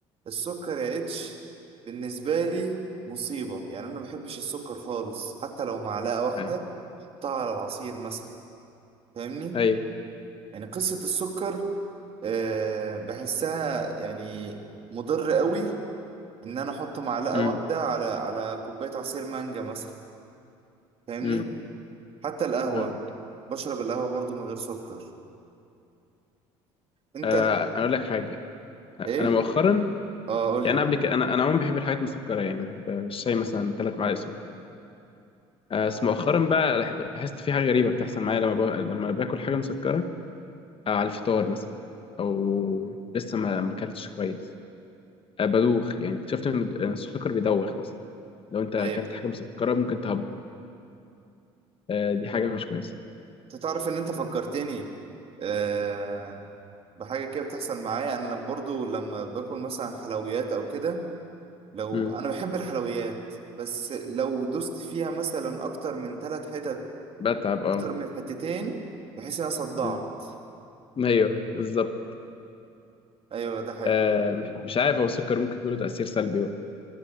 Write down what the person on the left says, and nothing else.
ايوه
ايوه
امم
امم
فاهم
آه، انا اقول لك حاجه
انا مؤخرا
يعني
أنا قبل كده انا انا عموما بحب الحاجات المسكره يعني بحب الشاي مثلا ثلاث معالق سكر وكده آه، بس مؤخرا بقى لح- لاحظت في حاجة غريبة بتحصل معايا لما با... لما باكل حاجة مسكرة أو على الفطار مثلا أو لسه ما ما أكلتش كويس آه، بدوخ يعني اكتشفت إن الد- إن السكر بيدوخ أصلا لو أنت أكلت
حاجة مسكرة ممكن تهبط آه، دي حاجة مش كويسة
مم.
بتعب أه
مم. أيوه بالظبط
آه، مش مش عارف هو السكر ممكن يكون له تأثير سلبي بقى